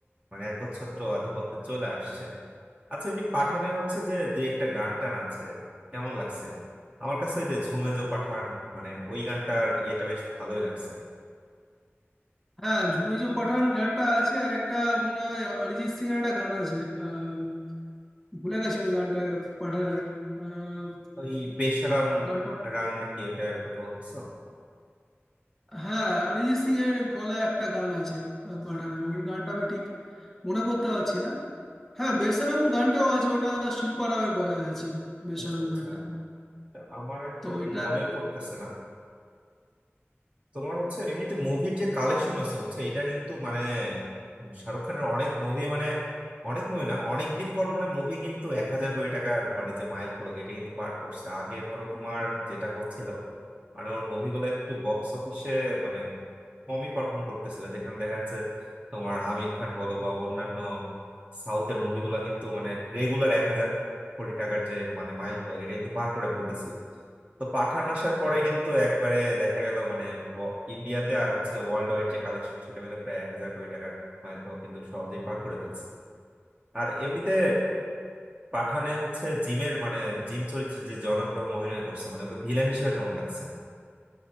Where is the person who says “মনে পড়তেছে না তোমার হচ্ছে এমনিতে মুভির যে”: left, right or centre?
Right